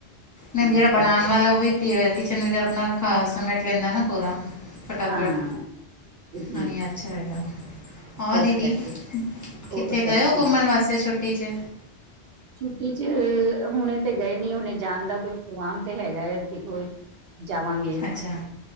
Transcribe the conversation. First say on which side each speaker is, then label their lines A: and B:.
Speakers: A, on the left; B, on the right.
A: ਨਈ ਜਿਹੜਾ
B: ਇਸ
A: ਬਣਾਉਣ
B: ਕਰਕੇ
A: ਵਾਲਾ ਉਹ ਵੀ ਤੇ ਕਿਚਨ ਵਗੈਰਾ ਆਪਣਾ ਖਾ ਸਮੈਟ ਲੈਂਦਾ ਨਾ ਪੂਰਾ ਫਟਾਫਟ
B: ਹਾਂ ਜੀ
A: ਹ ਐ ਅੱਛਾ ਹੈਗਾ,
B: ਉਹ
A: ਹਾਂ
B: ਇਸ
A: ਦੀਦੀ
B: ਕਰਕੇ ਉਹ
A: ਕਿੱਥੇ
B: ਸਭ
A: ਗਏ
B: ਠੀਕ
A: ਹੋ ਘੁੰਮਣ
B: ਹੈ
A: ਵਾਸਤੇ ਛੁੱਟੀ ਚ
B: ਛੁੱਟੀ ਚ, ਹੁਣੇ ਤੇ ਗਏ ਨੀ ਹੁਣੇ ਜਾਣ ਦਾ ਕੁਛ ਪ੍ਰੋਗਰਾਮ ਤੇ ਹੈਗਾ ਹੈ ਦੇਖੋ ਜਾਵਾਂਗੇ,
A: ਅੱਛਾ